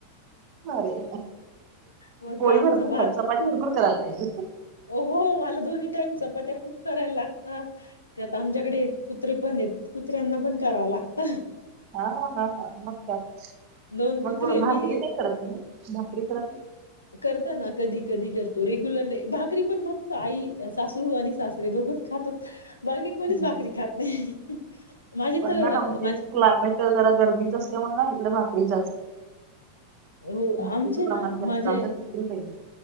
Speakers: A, on the right; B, on the left.
A: रे
B: मग
A: पोळी
B: आमचं
A: भरपूर
B: भात
A: चपाती भरपूर करायला पाहिजे.
B: हो हो मला दोन्ही टाईम चपात्या खूप करायला लागता. त्यात आमच्याकडे कुत्रे पण आहेत कुत्र्यांना पण कराव लागत.
A: हा हा हा मग काय
B: दोन कुत्रे
A: मग
B: मी
A: भाकरी नाही करत तुम्ही भाकरी करत ना.
B: करत ना कधी कधी करतो रेग्युलरली भाकरी पण फक्त आई सासू आणि सासरे दोघच खातात. बाकी कोणीच
A: हम्म.
B: भाकरी खात नाही माझी
A: पण
B: तर
A: ना आमच्या
B: मा
A: इकडे क्लायमेट जरा गरमीच असल्यामुळे ना इकड भााकरीच असते.
B: हो
A: भाकरीचं
B: आमचे
A: प्रमाण
B: ना
A: जास्त
B: माझे
A: आमच्यात भाकरी पाहिजे.